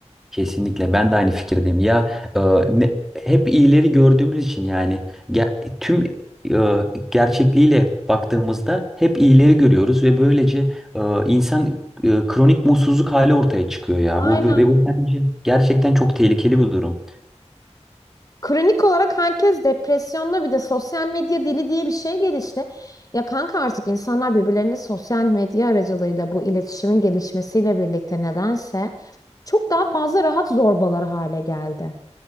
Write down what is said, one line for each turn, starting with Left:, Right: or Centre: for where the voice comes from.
Centre: Kesinlikle ben de aynı fikirdeyim. Ya e, ne, hep iyileri gördüğümüz için yani ge- tüm e, gerçekliğiyle baktığımızda hep iyileri görüyoruz ve böylece e, insan e, kronik mutsuzluk hali ortaya çıkıyor ya.
Left: Aynen.
Centre: Bu ve bu bence gerçekten çok tehlikeli bir durum.
Left: Kronik olarak herkes depresyonda bir de sosyal medya dili diye bir şey gelişti. Ya kanka artık insanlar birbirlerine sosyal medya aracılığıyla bu iletişimin gelişmesiyle birlikte nedense çok daha fazla rahat zorbalar hale geldi.